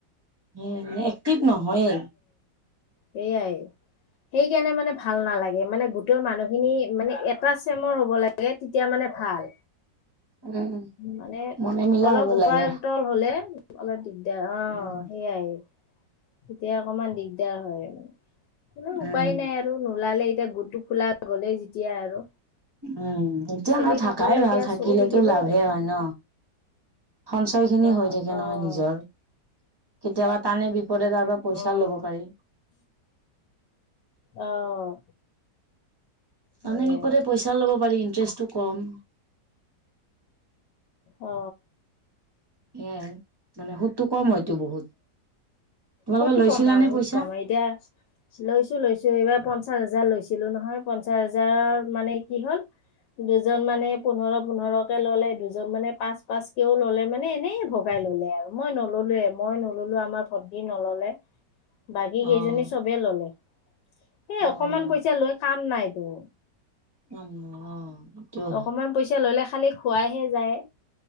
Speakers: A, on the right; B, on the left.
A: উ এক্টিভ নহয়ে
B: সাই সেই কাৰণে মানে ভাল নালাগে মানে গোটেই মানুহখিনি মানে এটা চেমৰ হব লাগে লাগে তেতিয়া মানে ভাল।
A: উম
B: মানে
A: মনে মিলা
B: অলপ
A: হ'ব
B: উপাৰ্
A: লাগে।
B: তল হলে অলপ দিগদাৰ অ'
A: উম।
B: সেইয়াই এতিয়া অকমান দিগদাৰ হয় মানে উপায়
A: উম,
B: নাই আৰু নোলালে এতিয়া গোটটো খোলা গ'লেই যেতিয়া আৰু
A: উম এতিয়া
B: চলি
A: ন থাকাই
B: থকালৈকে
A: ভাল
B: আৰু
A: থাকিলেতো
B: চলি থাকিব
A: লাভেই
B: আৰু
A: হয় ন সঞ্চয় খিনি
B: অ',
A: হৈ থাকে
B: অ',
A: নহয় নিজৰ। কেতিয়াবা তানে বিপদে তাৰ পৰা পইচা
B: উম,
A: লব পাৰি।
B: অ'! সেইয়াই
A: মানে বিপদে পইচা লব পাৰি ইন্টাৰেষ্টটো কম।
B: অ
A: সেয়াই। মানে সুতটো কম হয়তটো বহুত। তোমালোকে
B: সুতটো
A: লৈছিলানে
B: কম হয়, সুত
A: পইচা?
B: কম হয় এতিয়া লৈছো লৈছো এইবাৰ পঞ্চাশ হাজাৰ লৈ- ছিলো নহয়, পঞ্চাশ হাজাৰৰ মানে কি হ'ল দুজন মানে পোন্ধৰ পোন্ধৰ কে ললে। দুজন মানে পাঁচ পাঁচ কেও ললে মানে এনেই ভগাই- ললে আৰু মই ন'ললোৱে মই নললো আমাৰ ভটি নললে। বাকী কেইজনী
A: অ',
B: চবেই ললে। এই
A: অ',
B: অকমান পইচা লৈ কাম নাই ত'।
A: উম, অ এইটো হয়।
B: অকমান পইচা ললে খালি খুৱাইহে যায়।